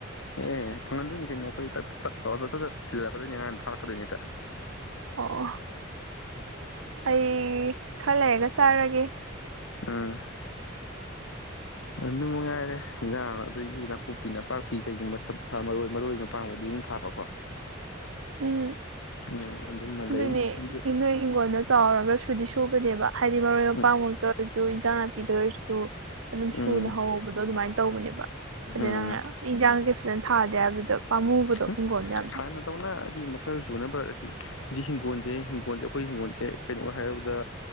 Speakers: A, on the left; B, on the right.
A: ꯑꯦ ꯐꯪꯍꯟꯗꯣꯏꯅꯤ ꯀꯩꯅꯣ ꯑꯩꯈꯣꯏ ꯇ ꯇꯠ ꯇꯧꯗ ꯇꯠ ꯊꯤꯜꯂꯛꯀꯗꯣꯏꯅꯤ ꯅꯍꯥꯟꯅ ꯊꯥꯔꯛꯀꯗꯣꯏꯅꯤ ꯍꯦꯛꯇꯥ
B: ꯑꯣ ꯑꯩ ꯈꯔ ꯂꯩꯔꯒ ꯆꯥꯔꯒꯦ
A: ꯑꯥ ꯑꯗꯨ ꯃꯉꯥꯏꯔꯦ ꯏꯟꯖꯥꯡ ꯑꯗꯒꯤ ꯅꯥꯀꯨꯞꯄꯤ ꯅꯥꯄꯥꯛꯄꯤ ꯀꯩꯒꯨꯝꯕ ꯁꯥ ꯃꯔꯣꯏ ꯃꯔꯣꯏ ꯃꯄꯥꯡꯕꯨꯗꯤ ꯊꯥꯕꯀꯣ
B: ꯎꯝ
A: ꯎꯝ ꯑꯗꯨꯃ
B: ꯑꯗꯨꯅꯦ
A: ꯂꯩ ꯑꯗꯩ
B: ꯅꯣꯏ ꯍꯤꯡꯒꯣꯜꯗ ꯆꯥꯎꯔꯛ ꯒ ꯁꯨꯗꯤ ꯁꯨꯕꯅꯦꯕ ꯍꯥꯏꯗꯤ ꯃꯔꯣꯏ ꯃꯄꯥꯡꯃꯛꯇ
A: ꯎꯝ
B: ꯑꯣꯏꯔꯁꯨ ꯏꯟꯖꯥꯡ ꯅꯥꯄꯤꯗ ꯑꯣꯏꯔꯁꯨ ꯑꯗꯨꯝ ꯁꯨꯅ
A: ꯎꯝ
B: ꯍꯍꯧꯕꯗꯣ ꯑꯗꯨꯃꯥꯏ ꯇꯧꯕꯅꯦꯕ ꯑꯗꯩ
A: ꯎꯝ
B: ꯅꯪꯅ ꯏꯟꯖꯥꯡ ꯐꯖꯅ ꯊꯥꯗꯦ ꯍꯥꯏꯕꯗꯨꯗ ꯄꯥꯝꯃꯨꯕꯗꯣ
A: ꯎ
B: ꯍꯤꯡꯒꯣꯜꯗ ꯌꯥꯝꯅ
A: ꯍꯥꯟꯅꯗꯧꯅ ꯑꯅꯤ ꯃꯈꯜ ꯁꯨꯅꯕ ꯍꯧꯖꯤꯛ ꯍꯧꯖꯤꯛ ꯍꯤꯡꯒꯣꯜꯁꯦ ꯍꯤꯡꯒꯣꯜꯁꯦ ꯑꯩꯈꯣꯏ ꯍꯤꯡꯒꯣꯜꯁꯦ ꯀꯩꯅꯣ ꯍꯥꯏꯔꯕꯗ